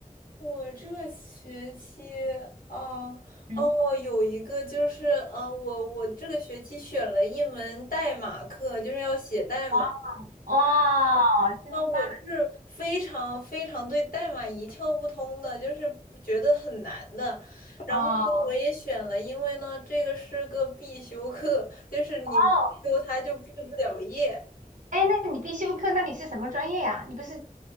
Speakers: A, on the left; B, on the right.
A: 我这个学期啊，
B: 嗯，
A: 哦，有一个就是，呃，我我这个学期选了一门代码课，就是要写代码。
B: 哇，哇，真棒！
A: 那我就是非常非常对代码一窍不通的，就是觉得很难的。然后呢，
B: 哦
A: 我也选了，因为呢，这个是个必修课，就是你不修它就毕不了业。
B: 哦，哎，那你必修课，那你是什么专业呀？你不是